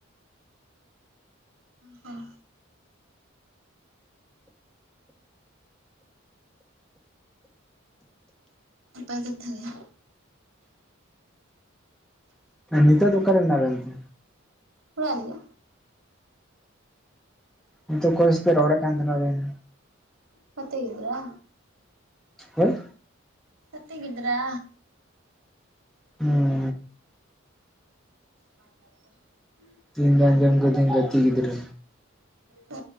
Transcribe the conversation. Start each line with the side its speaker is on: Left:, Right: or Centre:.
Right: ᱦᱚᱸ ᱱᱟᱯᱟᱭ ᱠᱟᱛᱷᱟ ᱜᱮ᱾
Centre: ᱱᱤᱛᱚᱜ ᱫᱚ ᱚᱠᱟᱨᱮ ᱢᱮᱱᱟᱜ ᱵᱤᱱ ᱛᱮ?
Right: ᱚᱲᱟᱜ ᱨᱮ ᱜᱮ᱾
Centre: ᱱᱤᱛᱚᱜ ᱚᱠᱚᱭ ᱥᱟᱶᱛᱮ ᱨᱚᱲ ᱮᱫ ᱠᱟᱱ ᱛᱟᱦᱮᱸ ᱟᱵᱮᱱ?
Right: ᱜᱟᱛᱮᱹ ᱜᱤᱫᱽᱨᱟᱹ
Centre: ᱦᱳᱭ
Right: ᱜᱟᱛᱮᱹ ᱜᱤᱫᱽᱨᱟᱹ᱾
Centre: ᱦᱩᱸ
Right: ᱵᱟᱝ <unintelligible>
Centre: ᱤᱧ ᱫᱚ ᱟᱸᱡᱚᱢ ᱠᱮᱫᱟᱹᱧ ᱜᱟᱛᱮ ᱜᱤᱫᱽᱨᱟᱹ
Right: ᱚ